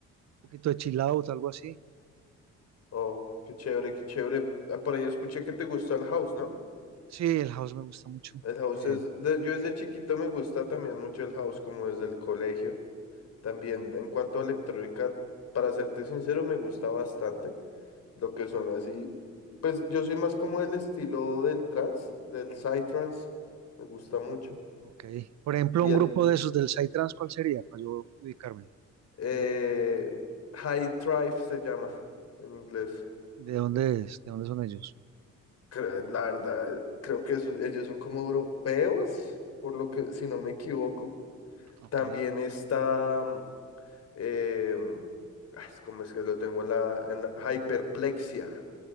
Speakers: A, on the right; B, on the left.
A: un poquito de chill out, algo así.
B: Oh, qué chévere, qué chévere. Ah, Por ahí escuché que te gusta el house, ¿no?
A: Sí, el house me gusta mucho.
B: El house
A: Eh,
B: es, de- yo desde chiquito me gusta también mucho el house, como desde el colegio. También en cuanto a electrónica, para serte sincero, me gusta bastante lo que son así. Pues yo soy más como el estilo del trance, del psytrance, me gusta mucho.
A: ok. Por ejemplo,
B: Y
A: un
B: el
A: grupo de esos del Psytrance, ¿cuál sería? Para yo ubicarme.
B: eh,
A: Un grupo.
B: high thrive se llama en inglés.
A: ¿De dónde es? ¿De dónde son ellos?
B: Cre- La verdad, creo que eso- ellos son como europeos, por lo que, si no me equivoco.
A: Ok.
B: También está, mm, em, ay, ¿cómo es que lo tengo en la, en la hyperplexia?